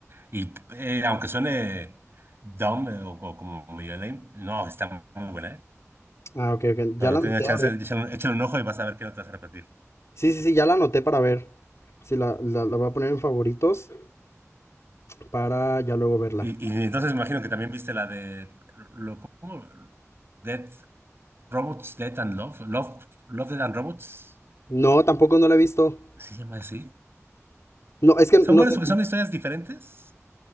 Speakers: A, on the right; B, on the left.
A: Y eh, aunque suene dumb eh, o, o como medio lame, no, está muy buena, ¿eh?
B: Ah, ok, ok. Ya
A: Cuando
B: la anoté,
A: tenga chance,
B: a ver.
A: échale, échale un ojo y vas a ver que no te vas a repetir.
B: Sí, sí, sí, ya la anoté para ver. Sí, la, la, la voy a poner en favoritos para ya luego verla.
A: Y, y entonces me imagino que también viste la de lo, ¿cómo? Dead Robots, Death and Love, Love, Love, Death and Robots,
B: No, tampoco no la he visto.
A: ¿sí se llama así?
B: No, es que
A: Son
B: no
A: buenas
B: sé.
A: porque son historias diferentes